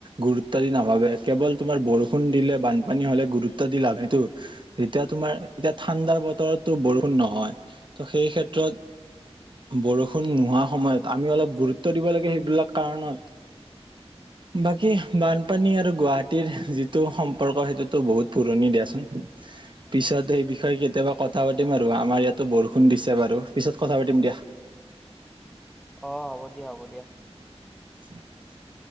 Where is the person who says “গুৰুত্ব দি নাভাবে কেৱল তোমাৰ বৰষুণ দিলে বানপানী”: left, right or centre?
Right